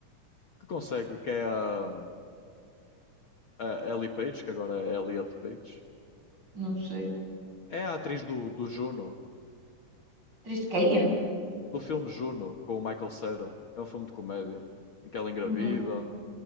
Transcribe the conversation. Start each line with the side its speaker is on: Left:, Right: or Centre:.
Left: que consegue, que é a, a Ellie Page, que agora é Elliot Page.
Right: Não sei.
Left: É a atriz do, do Juno.
Right: Triscainha?
Left: do filme Juno com o Michael Cera. É um filme de comédia em que ela engravida.
Right: Não,
Left: Não